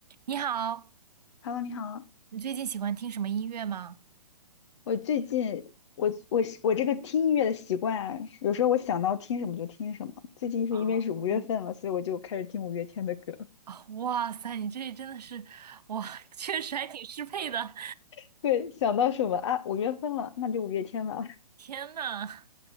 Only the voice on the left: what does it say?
Hello，你好。
我最近我我我这个听音乐的习惯，有时候我想到听什么就听什么。最近是因为是五月份了，
所以我就开始听五月天的歌。
<laughs> 对，想到什么啊？五月份了，那就五月天吧。